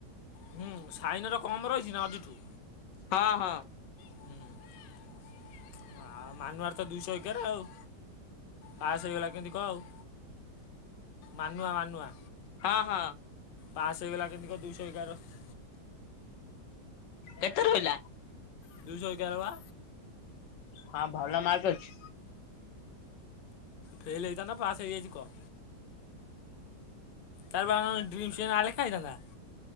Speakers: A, on the left; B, on the left.
A: ହୁଁ ସାଇନର କମ୍ ରହିଛି ନା ଅଜୁଠୁ।
B: ହଁ ହଁ।
A: ହୁଁ ଆଉ ମାନୁଆର ତ ଦୁଇଶହ ଏଗାର ଆଉ। ପାସ୍ ହେଇଗଲା କେମିତି କହ ଆଉ ମାନୁଆ ମାନୁଆ
B: ହଁ ହଁ
A: ପାସ୍ ହେଇଗଲା କେମିତି କହ ଦୁଇଶହ ଏଗାର ର
B: କେତେ ରହେଲା?
A: ଦୁଇଶହ ଏଗାର ବା
B: ହଁ ଭଲ ମାର୍କ ଅଛି।
A: ଫେଲ ହେଇଥାନ୍ତା ପାସ୍ ହେଇଯାଇଛି କହ। ତାପ <unintelligible> ଆଲେେଖାାଇଥାନ୍ତା।